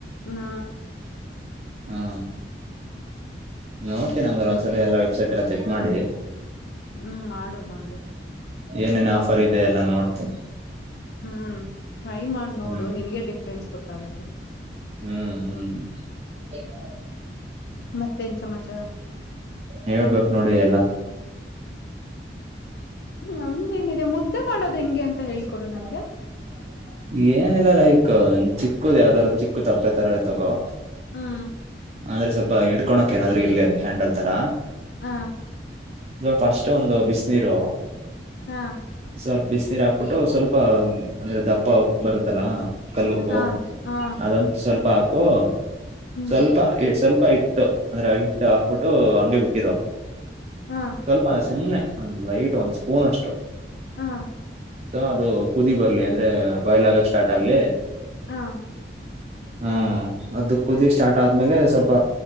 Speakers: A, on the left; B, on the right.
A: ಹ್ಮ
B: ಹಾ ನೋಡ್ತೀನಿ ಹಂಗ್ರ ಒಂದ್ಸಲ ಎಲ್ಲ ವೆಬ್ಸೈಟ್ ಎಲ್ಲ ಚೆಕ್ ಮಾಡಿ.
A: ಹ್ಮ್ ಮಾಡು ಮಾಡು.
B: ಏನೇನ ಆಫರ್ ಇದೆ ಎಲ್ಲ ನೋಡ್ತೇನಿ.
A: ಹ್ಮ್ ಟ್ರೈ ಮಾಡಿ ನೋಡು
B: ಹ್ಮ್
A: ನಿನಗೆ ಡಿಫ್ರೆನ್ಸ್ ಗೊತ್ತಾಗತ್ತೆ.
B: ಹ್ಮ್ ಹ್ಮ್
A: ಮತ್ತೇನ್ ಸಮಾಚಾರ.
B: ಹೇಳ್ಬೇಕು ನೋಡಿ ಎಲ್ಲ.
A: ನಮ್ದ ಏನಿದೆ ಮುದ್ದೆ ಮಾಡೋದ್ ಹೆಂಗೆ ಅಂತ.
B: <inaudible>
A: ಹೇಳ್ಕೊಡು ನನ್ಗೆ
B: ಏನಿಲ್ಲ ಲೈಕ್ ಚಿಕ್ಕ್ ಯಾವ್ದಾರ ಚಿಕ್ಕ ತಪ್ಲೆ ತರ ತಗೋ.
A: ಹ್ಮ್
B: ಅಂದ್ರೆ ಸ್ವಲ್ಪ ಹಡ್ಕೊಳಕ್ ಏನಾದ್ರರು ಇರ್ಲಿ ಅದ ಹ್ಯಾಂಡಲ್ ತರ.
A: ಹಾ.
B: ಇದು ಫಸ್ಟ್ ಒಂದು ಬಿಸ ನೀೀರು.
A: ಹಾ
B: ಸ್ವಲ್ಪ ಬಿಸನೀರ್ ಹಾಕ್ಬಿಟ್ಟು ಸ್ವಲ್ಪ ಅಂದ್ರೆ ದಪ್ಪ ಬರುತ್ತಲ್ಲಾ. ಕಲ್ಲುಪ್ಪು
A: ಹಾ ಹಾ
B: ಅದಂತ ಸ್ವಲ್ಪ ಹಾಕು.
A: ಹ್ಮ್
B: ಸ್ವಲ್ಪ ಸ್ವಲ್ಪ ಹಿಟ್ಟು ಅಂದ್ರೆ ರಾಗಿ ಹಿಟ್ಟು ಹಾಕ್ಬಿಟ್ಟು ಹಂಗಗೆ ಬಿಟ್ಟಿರು.
A: ಹಾ
B: ಸ್ವಲ್ಪ ಅಲ್ಲ ಸುಮ್ಮನೆ ಒಂದ್ ಲೈಟ್ ಒಂದ್ ಸ್ಪೂನ್ ಅಷ್ಟು.
A: ಹಾ
B: ಸೊ ಅದು ಕುದಿ ಬರ್ಲಿ ಅಂದ್ರೆ ಬಾಯ್ಲ್ ಆಗಕ್ ಸ್ಟಾರ್ಟ್ ಆಗ್ಲಿ.
A: ಹಾ
B: ಹ್ಮ ಅದು ಕುದಿ ಸ್ಟಾರ್ಟ್ ಆದ್ಮೇಲೆ ಸ್ವಲ್ಪ.